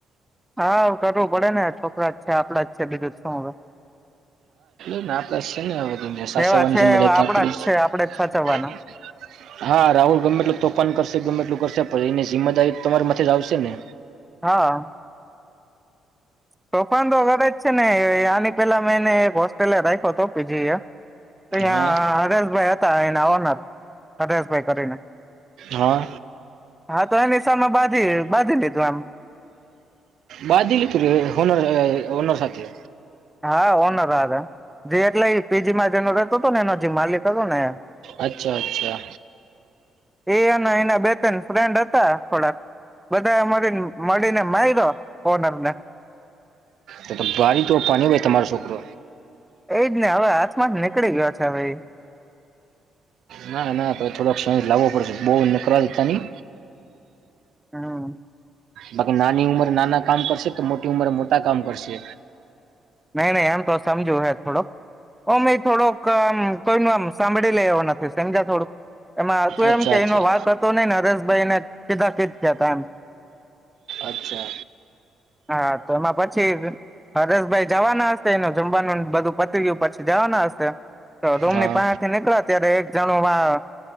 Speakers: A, in the centre; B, on the right.
A: હા કરવું પડે ને છોકરા જ છે આપડા જ છે બીજું જ શું હવે.
B: આપડા છે ને વધુ મેં સા
A: જેવા
B: સવાની
A: છે
B: મદ
A: એવા
B: <unintelligible>
A: આપડા જ છે આપડે જ સાચવવાના
B: હા રાહુલ ગમે તેટલુ તોફાન કરશે ગમે તેટલુ કરશે પણ એની જિમ્મેદારી તમારી માથે જ આવશે ને.
A: હા. તોફાન તો ઘરે જ છે ને આની પેલા મેં એને એક હોસ્ટેલ રાખ્યો હતો પી જી એ ની
B: હા
A: હં હરેશભાઈ હતા એના ઓનર હરેશભાઈ કરીને.
B: હા
A: હા તો એની સામે બાંધી બાંધી લીધું આમ
B: બાદી <unintelligible> તું ર હોનર હોનર સાથે.
A: હા ઓનરા હાથે. જે એટલે એ પીજી માં જેનો રતો હતો ને એનો જે માલિક હતો ને
B: અચ્છા અચ્છા
A: એ અને એના બે ત્રણ ફ્રેન્ડ હતા થોડાક બધા મળીને મળીને માયરો ઓનર ને.
B: તો તો તારી તો તમારો છોકરો
A: એજ ને હવે હાથમાંથી નીકળી ગયો છે હવે એ.
B: ના ના તો થોડોક સમણ લાવવો પડશે બો <unintelligible> ની.
A: હમ્મ.
B: બાકી નાની ઉંમર નાના કામ કરશે તો મોટી ઉંમર મોટા કામ કરશે.
A: નહી નહી એમ તો સમજું હે થોડાક અમે થોડોક આમ કોઈ નો આમ સાંભળી લેવાના <unintelligible> થોડુંક એમાં હતું
B: અચ્છા
A: એમ કે
B: અચ્છા
A: એનો વાક હતો નઈને હરેશભાઈ ને કીધા કીદ થયા હતા કામ
B: અચ્છા
A: હા તો એમાં પછી હરેશભાઈ જવાના હશે એનું જમવાનું બધું પતી ગયું પછી જવાના હશે. તો રૂમ
B: હા
A: ની પાહે થી નીકળ્યા ત્યારે એક જાણો વા